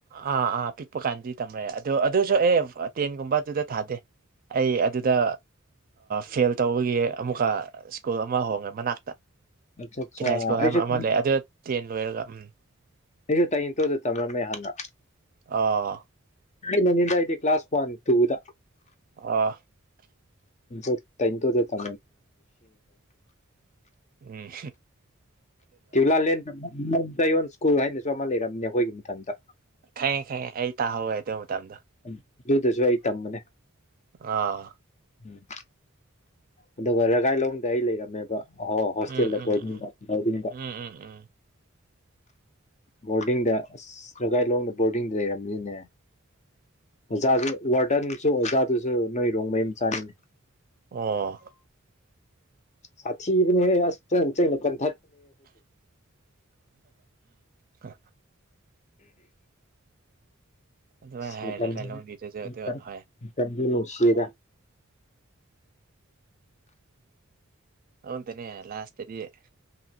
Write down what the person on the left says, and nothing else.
ꯑꯆꯥ ꯑꯆꯥ
ꯑꯩꯁꯨꯦ
ꯐ
ꯑꯩꯁꯨ ꯇꯥꯏꯇꯣꯗ ꯇꯝꯂꯝꯝꯃꯦ ꯍꯥꯟꯅ
ꯅꯗꯤ ꯀ ꯀ꯭ꯂꯥꯁ ꯋꯥꯟ ꯇꯨꯗ
ꯎ ꯇꯥꯏ ꯇ ꯇ
ꯇꯤ ꯂ ꯂ ꯆꯌꯣꯟ ꯁ꯭ꯀꯨꯜ ꯍꯥꯏꯅꯁꯨ ꯑꯃ ꯂꯩꯔꯝꯅꯦ ꯑꯩꯈꯣꯏꯒꯤ ꯃꯇꯝꯗ
ꯑꯗꯨꯨꯗꯁꯨ ꯑꯩ ꯇ ꯃꯅꯦ
ꯎꯝ ꯑꯗꯨꯒ ꯔꯒꯥꯏꯂꯣꯡꯗ ꯑꯩ ꯂꯩꯔꯝꯃꯦꯕ ꯑꯣ ꯍꯣꯁꯇꯦꯜꯗ
ꯊ
ꯊꯕ
ꯕꯣꯔꯗꯤꯡꯗ ꯑꯁ ꯒꯥꯏꯂꯣꯡꯗ ꯕꯣꯔꯗꯤꯡꯗ ꯂꯩꯔꯝꯅꯤꯅꯦ ꯑꯣꯖꯥ ꯋꯥꯔꯗꯟꯁꯨ ꯑꯣꯖꯥꯗꯨꯁꯨ ꯅꯣꯏꯔꯣꯡ ꯃꯌꯨꯝ ꯆꯥꯅꯤꯅꯦ
ꯁꯥꯕ ꯐ ꯆ ꯐ
<inaudible>
ꯇꯅꯨꯡꯁꯤꯗ